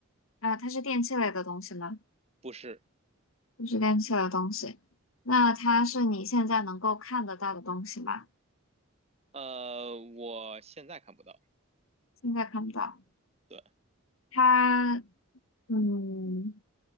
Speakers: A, on the left; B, on the right.
A: 啊、它是电器类的东西吗？
B: 不是，
A: 不是电器类的东西。那它是你现在能够看得到的东西吗？
B: 呃，我现在看不到，
A: 现在看不到。
B: 对，
A: 它，嗯。